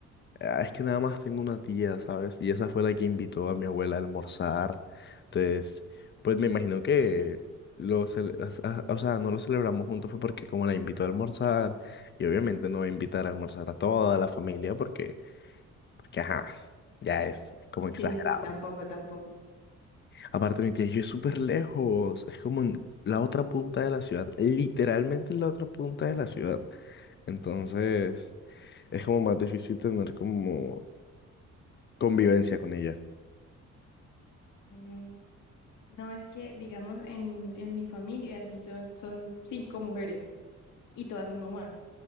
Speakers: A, on the left; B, on the left.
A: Ah, Es que nada más tengo una tía, ¿sabes? Y esa fue la que invitó a mi abuela a almorzar. Entonces, pues me imagino que lo cele- as- a- o sea, no lo celebramos juntos fue porque como la invitó a almorzar, y obviamente no va a invitar a almorzar a toda la familia porque, porque ajá, ya es como exagerado.
B: Sí, sí, sí, tampoco, tampoco.
A: Aparte, mi tía y yo es súper lejos, es como en la otra punta de la ciudad, literalmente en la otra punta de la ciudad. Entonces, es como más difícil tener como convivencia con ella.
B: Mm, No, es que, digamos, en, en mi familia sí son, son cinco mujeres y todas son mamás.